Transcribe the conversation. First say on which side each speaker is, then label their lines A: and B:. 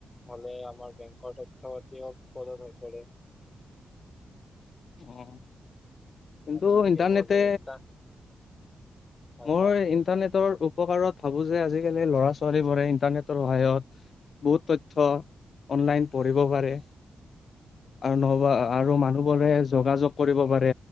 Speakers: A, on the left; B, on the left.
A: হলে আমাৰ বেংকৰ তথ্য পাতিও বিপদত হৈ পৰে
B: অ' কিন্তু
A: তুমি
B: ইণ্টাৰনেটে
A: কি ক'ব যোৱা ইণ্টাৰ হয়
B: মই
A: কোৱা
B: ইণ্টাৰনেটৰ উপকাৰত ভাবো যে আজিকালি ল'ৰা ছোৱালীবোৰে ইন্টাৰনেটৰ সহায়ত বহুত তথ্য অনলাইন পঢ়িব পাৰে আৰু নবা আৰু মানুহ বোৰে যোগাযোগ কৰিব পাৰে